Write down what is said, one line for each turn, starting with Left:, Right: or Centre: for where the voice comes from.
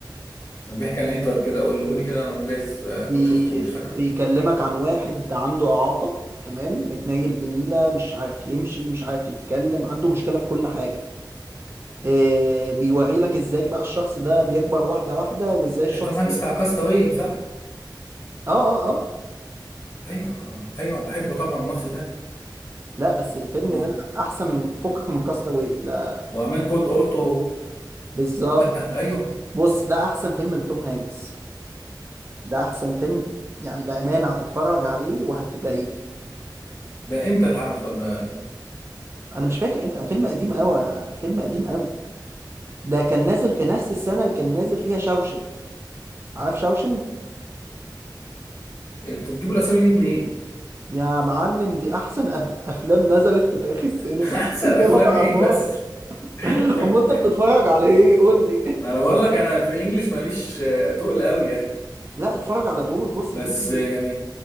Left: كان بيحكي عن ايه طيب كده قوله لي كده انا مجاز اكون
Right: بي...
Left: شفته ومش فاكره
Right: بيكلمك عن واحد عنده اعاقة تمام متنيل بنيلة مش عارف يمشي مش عارف يتكلم عنده مشكلة في كل حاجة إيه... بيوري لك ازاي بقى الشخص ده بيكبر واحدة واحدة وازاي الشخص
Left: هي توم هانكس
Right: ده
Left: بتاع كاستاوي صح
Right: اه اه اه
Left: ايوه ايوه بحبه طبعا الممثل ده
Right: لا بس الفيلم
Left: هو
Right: ده احسن من فكك من كاستاوي ده
Left: وامان كولد اوتو
Right: بالظبط
Left: لا ايوه
Right: بص ده احسن فيلم لتوم هانكس ده احسن فيلم يعني بامانه هتتفرج عليه وهتدعي لي
Left: ده امتى اتعمل طب ده
Right: انا مش فاكر امتى فيلم قديم قوي فيلم قديم قوي ده كان نازل في نفس السنه اللي كان نازل فيها شاوشنك عارف شاوشنك
Left: انتوا بتجيبوا الاسامي دي منين
Right: يا معلم دي احسن أف... افلام نزلت في تاريخ السينما
Left: <laughs> احسن
Right: <laughs> انت
Left: افلام
Right: ما تعرفهاش
Left: ايه بس <laughs>
Right: امال انت بتتفرج على ايه قول لي
Left: انا بقول لك انا في الانجليش ماليش آه، تقل قوي يعني
Right: <laughs> لا اتفرج على دول بص
Left: بس
Right: دي
Left: آه، يعني